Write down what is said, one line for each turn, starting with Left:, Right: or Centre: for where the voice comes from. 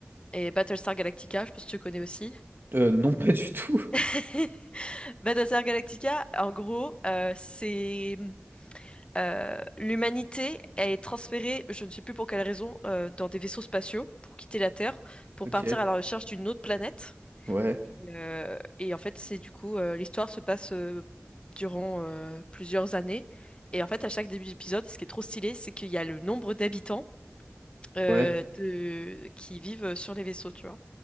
Left: Et Battlestar Galactica, je pense que tu connais aussi.
Right: Euh, non, pas du tout.
Left: <laughs> Battlestar Galactica, en gros, euh, c'est Euh, l'humanité est transférée, je ne sais plus pour quelle raison, euh, dans des vaisseaux spatiaux pour quitter la Terre, pour
Right: Ok.
Left: partir à la recherche d'une autre planète.
Right: Ouais,
Left: Et, euh, et en fait, c'est du coup, euh, l'histoire se passe euh, durant euh, plusieurs années. Et en fait, à chaque début d'épisode, ce qui est trop stylé, c'est qu'il y a le nombre d'habitants euh,
Right: ouais.
Left: de... qui vivent sur les vaisseaux, tu vois.